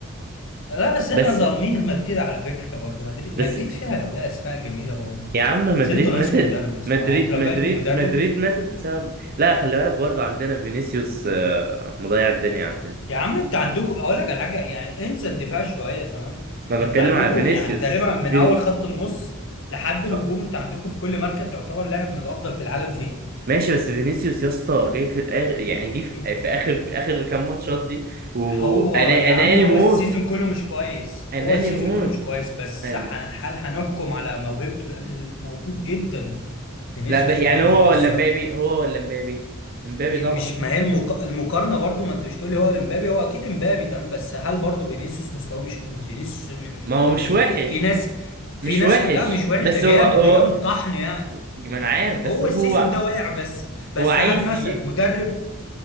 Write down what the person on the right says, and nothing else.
بس
بس
يا عم مدريد
ماتت
مدريد
مدريد
مدريد ماتت بسبب لا خلي بالك برضو عندنا فينيسيوس آه، مضيع الدنيا عندنا
ما
بتكلم
على فينيسيوس
فين...
آه،
ماشي بس فينيسيوس يا اسطى جاي في الاخر يعني جه في...
في اخر اخر كام ماتشات دي وانا
اناني
موت
اناني
موت
أن...
لا ب... يعني
هو
ولا مبابي هو ولا مبابي مبابي
طبعا
ما
هو مش
وحش
مش
وحش
بس
هو هو
ما انا عارف بس
هو
هو عايز
يجي...